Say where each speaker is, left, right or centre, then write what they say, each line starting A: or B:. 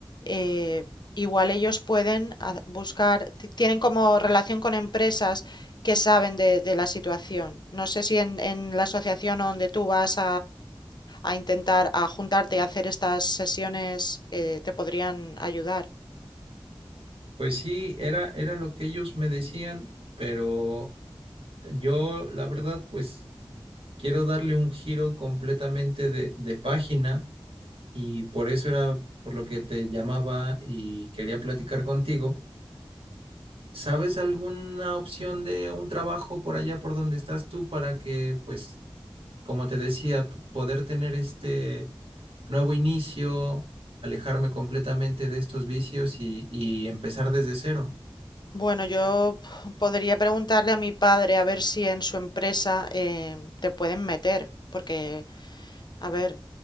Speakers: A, on the left (about 50°); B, on the right (about 75°).
A: eh, igual ellos pueden ha- buscar, ti- tienen como relación con empresas que saben de, de la situación. No sé si en, en la asociación o donde tú vas a intentar, a juntarte, a hacer estas sesiones, eh, te podrían ayudar.
B: Pues sí, era, era lo que ellos me decían, pero yo la verdad pues quiero darle un giro completamente de, de página y por eso era por lo que te llamaba y quería platicar contigo ¿Sabes alguna opción de un trabajo por allá por donde estás tú para que, pues, como te decía, p- poder tener este nuevo inicio, alejarme completamente de estos vicios y, y empezar desde cero?
A: Bueno, yo podría preguntarle a mi padre a ver si en su empresa eh, te pueden meter, porque, a ver,